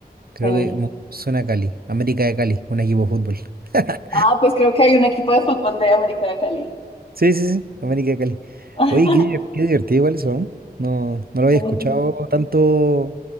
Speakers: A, on the right; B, on the left.
A: Creo
B: Sí.
A: que mu- suena a Cali. América de Cali, un equipo de fútbol. <laughs>
B: Ah, pues creo que hay un equipo de fútbol de América de Cali.
A: Sí, sí, sí, América de Cali.
B: <laughs>
A: Oye, qué, diver- qué divertido igual eso. ¿no? No, no lo había
B: Sí.
A: escuchado tanto,